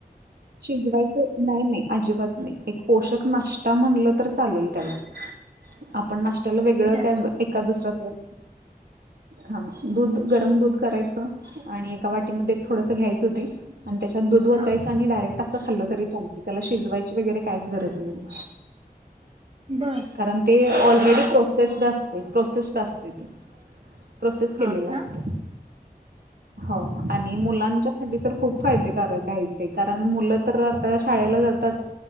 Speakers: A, on the right (about 75°); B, on the right (about 35°).
A: शिजवायचं नाही नाही अजिबात एक पोषक नाष्टा म्हणलं तर चालेल‌ त्यला आपण नाष्टा वेगळं
B: घ्यायचं
A: काय एका दुसराच हा दूध गरम दूध करायचं आणि एका वाटीमध्ये थोडस घ्यायचं ते आणि त्याच्यात दूध वतायचं
B: हा
A: आणि डायरेक्ट खाल्लं तरी चालते त्याला शिजवायची वगैरे कायच गरज नाहीये
B: बर
A: कारण ते ओल रेडी प्रोसेस्ड असते प्रोसेस्ड असते ती प्रोसेस केलेलं
B: हा का
A: असतयं हा आणि मुलांच्या साठी तर खूप फायदेकारक आहे ते कारण... मुलं तर आता शाळेला जातात